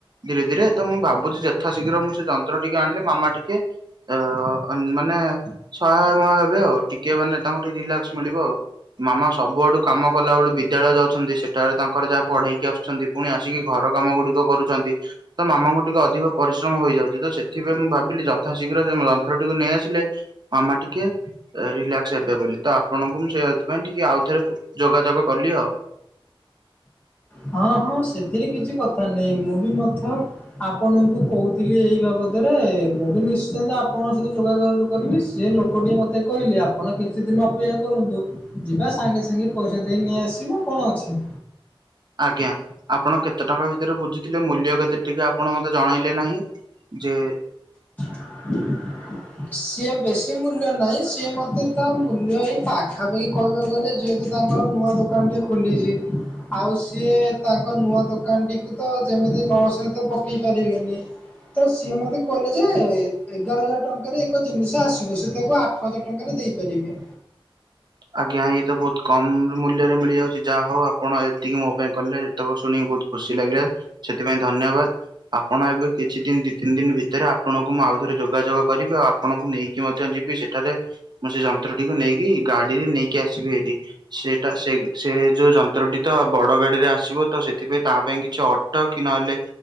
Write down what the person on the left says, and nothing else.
ହଁ ହଁ ସେଥିରେ କିଛି କଥା ନାହିଁ ମୁଁ ବି ମଧ୍ୟ ଆପଣଙ୍କୁ କହୁଥିଲି ଏଇ ବାବଦରେ ମୁଁ ବି ନିଶ୍ଚିନ୍ତ ଆପଣଙ୍କ ସହିତ ଯୋଗଯ କରିବି ସେ ଲୋକଟି ମତେ କହିଲେ ଆପଣ କିଛି ଦିନ ଅପେକ୍ଷା କରନ୍ତୁ। ଯିବା ସାଙ୍ଗେ ସାଙ୍ଗେ ପଇସା ଦେଇ ନେଇଆସିବ କଣ ଅଛି।
<inaudible> ସିଏ ବେଶୀ ମୂଲ୍ୟ ନାହିଁ ସିଏ ମତେ ତା ମୂଲ୍ୟ ଏଇ ପାଖାପାଖି କହିବାକୁ ଗଲେ ଯେହେତୁ ତାଙ୍କର ନୂଆ ଦୋକାନ ଟିଏ ଖୋଲିଚି ଆଉ ସିଏ ତାଙ୍କ ନୂଆ ଦୋକାନଟିକୁ ତ ଯେମିତି ଲସରେ ତ ପକେଇ ପାରିବେନି। ତ ସିଏ ମତେ କହଲେ ଯେ ଏଗାର ହଜାର ଟଙ୍କାରେ ଏକ ଜିନିଷ ଆସିବ ସେ ତାକୁ ଆଠ ହଜାର ଟଙ୍କାରେ ଦେଇପାରିବେ।